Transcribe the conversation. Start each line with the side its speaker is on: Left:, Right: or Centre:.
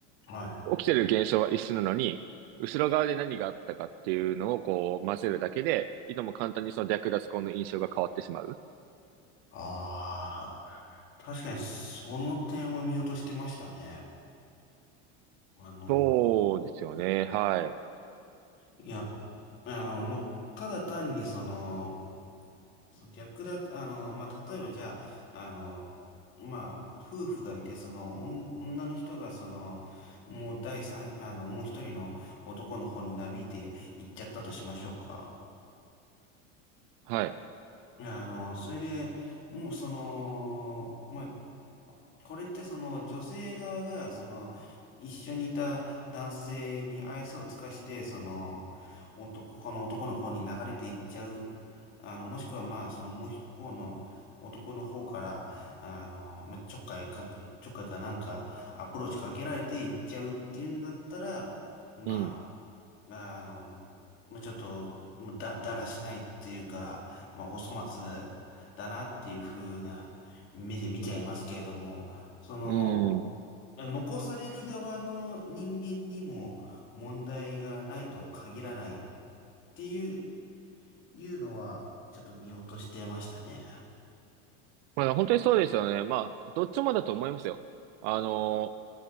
Left: はい。
Right: 起きてる現象は一緒なのに、後ろ側で何があったかっていうのをこう混ぜるだけで、いとも簡単にその略奪婚の印象が変わってしまう。
Left: ああ。確かにその点は見落としてましたね。あの、
Right: そうですよね。はい。
Left: いや、あの、ま、ただ単にその、その略奪、あの、まあ、例えばじゃあ、あの、まあ、夫婦がいて、その、おん女の人が、その、もう第三、あの、もう一人の男の方になびいて行っちゃったとしましょうか。
Right: はい。
Left: いや、あの、それで、もうその、まあ、これってその女性側が、その、一緒にいた男性に愛想を尽かして、その、男、他の男の方に流れていっちゃう。あの、もしくはまあ、その、もう一方の男の方から、あの、まあ、ちょっかいか、ちょっかいかなんか、アプローチかけられていっちゃうっていうんだったら、まあ
Right: うん。
Left: まああの、ももうちょっと、もうだ、だらしないっていうか、まあ、お粗末だなっていう風な目で見ちゃいますけれども、その、
Right: うん。
Left: 残される側の人間にも問題がないとは限らないっていう、いうのは、ちょっと見落としてましたね。
Right: まあ、本当にそうですよね。まあ、どっちもだと思いますよ。あの、